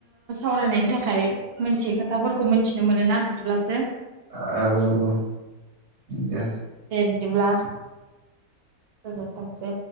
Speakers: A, on the right; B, on the right.
A: फरायनायनि थाखाय मोनथियै खोथाफोरखौ मोनथिनो मोनोना बिदिब्लासो
B: औ औ औ दे
A: दे बिदिब्ला गोजोनथोंसै